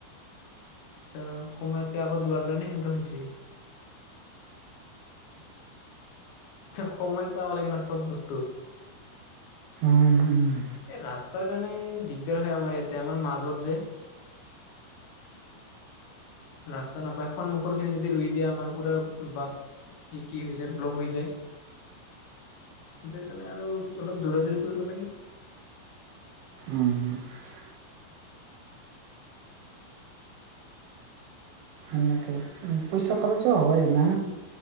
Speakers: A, on the left; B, on the right.
A: তা সময়তকে আগত ৰোৱাৰ কাৰণে সেনেকা হৈছি। খে সময়ত পাব লাগে না চব বস্তু।
B: উ উম।
A: এ ৰাস্তাৰ কাৰণে দিগদাৰ হয় আমাৰ ইয়াতে আমাৰ মাজত যে। ৰাস্তা নাপায় সন্মুখৰ খিনি যদি ৰুই দিয়ে আমাৰ পুৰা বাট কি কি হৈ যায় ব্লগ হৈ যায়। ইটাৰ কাৰণে আৰু অলপ দৌৰা দূৰি কৰিব লাগে।
B: উম। এনেকে পইচা খৰছো হয় না?